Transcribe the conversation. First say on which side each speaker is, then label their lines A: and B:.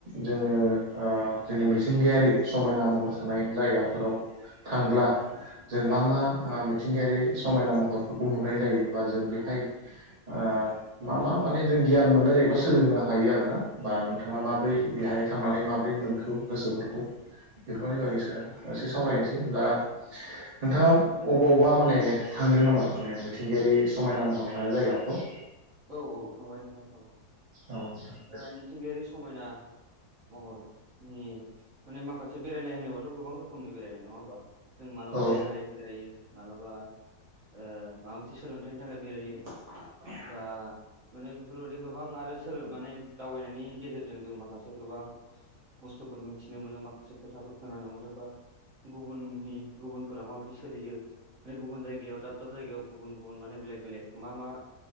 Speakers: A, on the right; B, on the right.
A: जोङो ओ जोंनि मिथिंगायारि समायना महर थानाय जायगाफोराव थांब्ला जों मा मा आ मिथिंगायारि समायना महरफोरखौ नुनाय जायो बा जों बेहाय आ मा मा माने जों गियान मोननाय जाहैबा सोलोंनो हायो आरोना बा नोंथाङा
B: औ
A: माबोरै बेहाय थांनानै माबोरै मोनखो गोसोफोरखौ
B: <inaudible>
A: बेफोरनि बागैसो आ एसे सावरायनोसै दा नोंथाङा अबावबा माने थांदों नामा माने मिथिंगायारि समायना महर थानाय जायगाफ्राव
B: औ औ थांबाय नोंथां थांबाय।
A: औ नोंथां
B: दा
A: दे
B: मिथिंगायारि समायना महरनि माने माखासे बेरायनाय होनोबाथ' गोबां रोखोमनि बेरायनाय नङा होमबा। जों मालाबा
A: औ
B: जायगा नायनो बेरायो मालाबा ओ माबा मोनसे सोलोंथाइनि थाखाय बेरायो
A: <inaudible>
B: बा माने बेफोरबायदि गोबां आरो माने दावबायनायनि गेजेरजों जों माखासे गोबां बुस्थुफोर मिथिनो मोनो माखासे खोथाफोर खोनानो मोनो बा गुबुननि गुबुनफोरा माबायदि सोलियो माने गुबुन जायगायाव दाब दाब जायगायाव गुबुन गुबुन माने बेलेग बेलेग मा मा